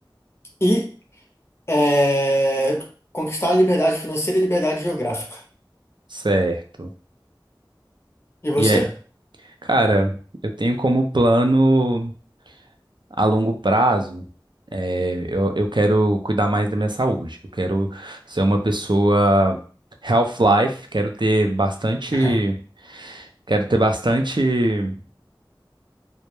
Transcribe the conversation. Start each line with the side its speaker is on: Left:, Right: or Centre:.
Left: e é, conquistar a liberdade financeira e liberdade geográfica.
Right: certo.
Left: E você?
Right: E é, cara, eu tenho como plano a longo prazo, é, eu, eu quero cuidar mais da minha saúde. Eu quero ser uma pessoa health life, quero ter bastante,
Left: <laughs>
Right: quero ter bastante